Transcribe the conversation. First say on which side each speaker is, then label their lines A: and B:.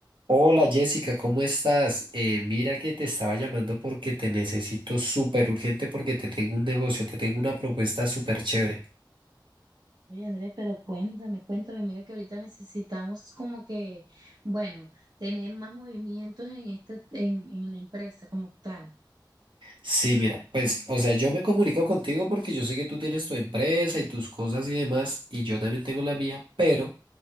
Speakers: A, on the right; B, on the right.
A: Hola Jessica, ¿cómo estás? Eh, mira que te estaba llamando porque te necesito súper urgente porque te tengo un negocio, te tengo una propuesta súper chévere.
B: Oye, Andrés, pero cuéntame, cuéntame, mira que ahorita necesitamos como que, bueno, tener más movimientos en esta, en, en la empresa como tal.
A: Sí, mira, pues, o sea, yo me comunico contigo porque yo sé que tú tienes tu empresa y tus cosas y demás, y yo también tengo la mía, pero